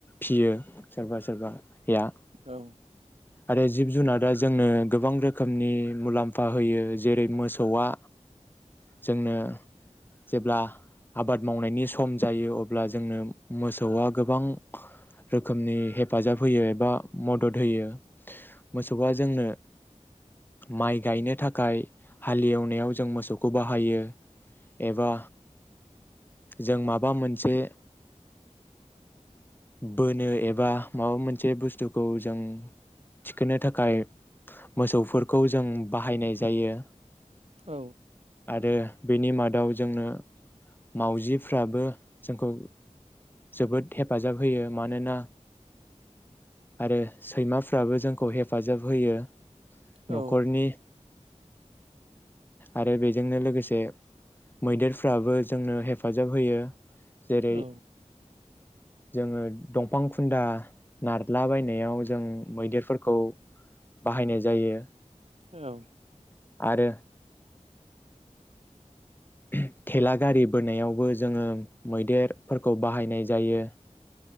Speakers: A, on the left (about 15°); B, on the right (about 55°).
A: फियो सोरबा सोरबाया
B: औ
A: आरो जिब जुनादा जोंनो गोबां रोखोमनि मुलाम्फा होयो जेरै मोसौआ जोंनो जेब्ला आबाद मावनायनि सम जायो अब्ला जोंनो मोसौआ गोबांग रोखोमनि हेफाजाब होयो एबा मदद होयो हो मोसौआ जोंनो माइ गायनो थाखाय हालेवनायाव जों मोसौखौ बाहायो एबा जों माबा मोनसे बोनो एबा माबा मोनसे बुसथुखौ जों थिखोनो थाखाय मोसौफोरखौ जों बाहायनाय जायो
B: औ
A: आरो बेनि मादाव जोंनो मावजिफ्राबो जोंखौ जोबोद हेफाजाब होयो मानोना आरो सैमाफ्राबो जों खौ हेफाजाब होयो
B: औ
A: न'खरनि आरो बेजोंनो लोगोसे मैदेरफ्राबो जोंनो हेफाजाब होयो जेरै
B: औ
A: जोङो दंफां खुन्दा नारला बायनायाव जों मैदेरफोरखौ खौ बाहायनाय जायो
B: औ
A: आरो उम थेला गारि बोनायावबो जोङो मैदेरफोरखौ बाहायनाय जायो